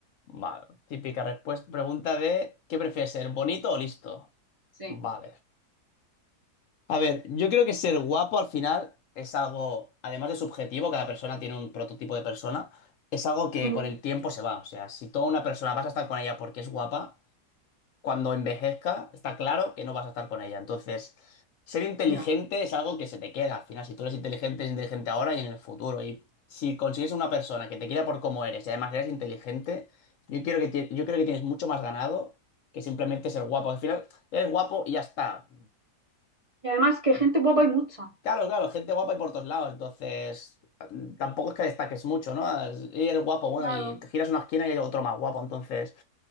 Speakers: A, on the left; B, on the right.
A: vale. Típica respuesta, pregunta de ¿qué prefieres, ser bonito o listo?
B: Sí.
A: Vale. A ver, yo creo que ser guapo al final es algo, además de subjetivo, cada persona tiene un prototipo de persona, es algo que
B: Ujú.
A: con el tiempo se va. O sea, si toda una persona vas a estar con ella porque es guapa, cuando envejezca, está claro que no vas a estar con ella. Entonces, ser inteligente
B: Ya.
A: es algo que se te queda. Al final, si tú eres inteligente, eres inteligente ahora y en el futuro. Y si consigues una persona que te quiera por cómo eres y además eres inteligente, yo quiero que ti- yo creo que tienes mucho más ganado que simplemente ser guapo. Al final, eres guapo y ya está.
B: Y además que gente guapa hay mucha.
A: Claro, claro, gente guapa y por todos lados, entonces mm, tampoco es que destaques mucho, ¿no? Es- Y eres guapo, bueno,
B: Claro,
A: y te giras una esquina y hay otro más guapo, entonces